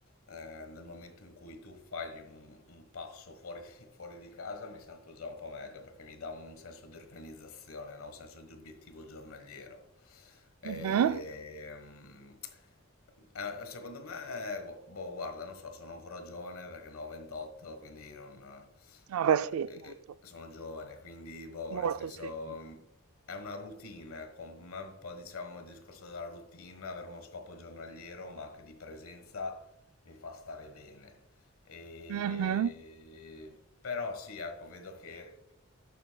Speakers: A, on the left; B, on the right.
A: eh, nel momento in cui tu fai un, un passo fuori, <laughs> fuori di casa, mi sento già un po' meglio perché mi dà un, un senso di organizzazione, no? Un senso di obiettivo giornaliero. Ehm,
B: Mhm.
A: eh, secondo me, gu- boh, guarda, non so, sono ancora giovane perché ne ho 28, quindi non
B: No, beh sì,
A: eh,
B: molto,
A: eh, sono giovane, quindi boh,
B: molto
A: nel senso
B: sì.
A: è una routine, ecco, ma un po' diciamo il discorso della routine, avere uno scopo giornaliero, ma anche di presenza mi fa stare bene. E...
B: Mhm,
A: Però sì, ecco, vedo che